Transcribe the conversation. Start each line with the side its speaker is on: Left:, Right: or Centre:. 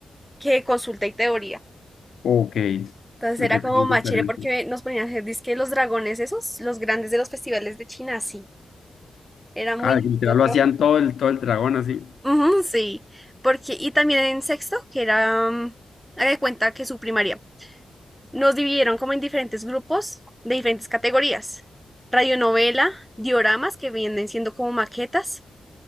Centre: que consulta y teoría.
Left: Ok,
Centre: Entonces
Left: ok,
Centre: era
Left: es
Centre: como más
Left: diferente.
Centre: chévere porque nos ponían a hacer dizque los dragones esos, los grandes de los festivales de China, sí. Era muy
Left: Ah,
Centre: lindo
Left: que literal lo
Centre: trabajar
Left: hacían todo el, todo el dragón así.
Centre: Ujú, sí, porque, y también en sexto, que era, mm, haga de cuenta que su primaria, nos dividieron como en diferentes grupos de diferentes categorías. Radionovela, dioramas, que vienen siendo como maquetas,